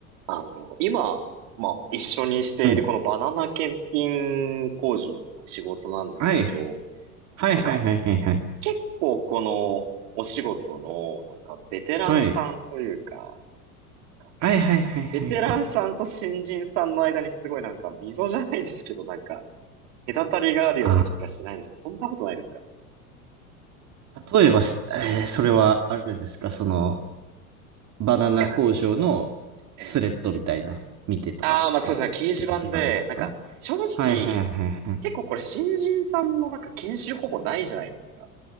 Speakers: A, on the right; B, on the right.
A: あの、今、まあ、一緒にしているこのバナナ検品工場のまあ仕事なんですけど、
B: はい。はい。はいはいはいはいはい。
A: なんか、結構このお仕事の、なんか、ベテランさんというか、
B: はい。
A: なんか、
B: はいはいはいはいはい。
A: ベテランさんと新人さんの間にすごいなんか、溝じゃないですけど、なんか、隔たりがあるような気がしてないんですけど、
B: あ、
A: そんなことないですかね。
B: 例えばし、えーそれはあれですか、その、バナナ工場のスレッドみたいな、
A: いや、なんか、ええ。
B: 見てとかですか掲示板とか。
A: ああ、まあそうですね、掲示板で、なんか、正直、
B: はいはいはいはい。
A: 結構これ新人さんのなんか研修ほぼないじゃないですか。